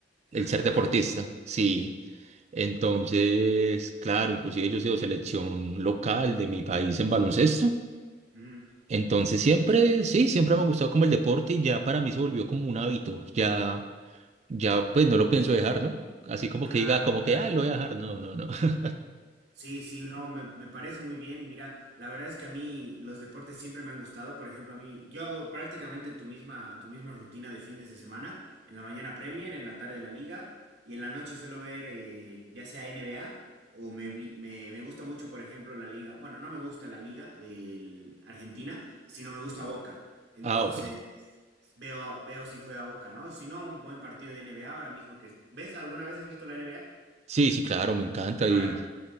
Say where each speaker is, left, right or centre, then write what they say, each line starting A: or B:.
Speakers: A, on the right; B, on the right.
A: el
B: Ah,
A: ser
B: qué bueno.
A: deportista, sí. Entonces, claro, inclusive yo he sido selección local de mi país en baloncesto.
B: Ujú.
A: Entonces siempre, sí, siempre me ha gustado como el deporte y ya para mí se volvió como un hábito, ya, ya pues no lo pienso dejar, ¿no? Así como
B: Claro,
A: que diga, como
B: claro.
A: que, ay, lo voy a dejar, no, no, no. <laughs>
B: Sí, sí, no, me, me parece muy bien. Mira, la verdad es que a mí los deportes siempre me han gustado. Por ejemplo, a mí, yo hago prácticamente tu misma, tu misma rutina de fines de semana. En la mañana Premier, en la tarde la Liga y en la noche suelo ver eh, ya sea NBA o me, vi- me, me gusta mucho, por ejemplo, la Liga. Bueno, no me gusta la Liga de Argentina, sino me gusta Boca. Entonces,
A: Ah, ok.
B: Veo, veo si juega Boca, ¿no? Si no, un buen partido de NBA ahora mismo que... ¿Ves? ¿Alguna vez has visto la NBA?
A: Sí, sí, claro, me encanta
B: Ahora
A: y